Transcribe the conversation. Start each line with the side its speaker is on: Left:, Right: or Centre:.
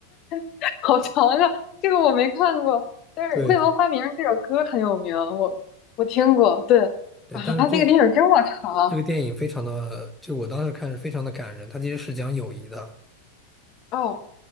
Left: <laughs> 好长啊，这个我没看过，但是《未闻花名》这首歌很有名，
Centre: 对
Left: 我我听过。对
Centre: 对，
Left: 啊，
Centre: 但是这
Left: 那个电影这么长
Centre: 这个电影非常的，就我当时看是非常的感人，它其实是讲友谊的。
Left: 哦，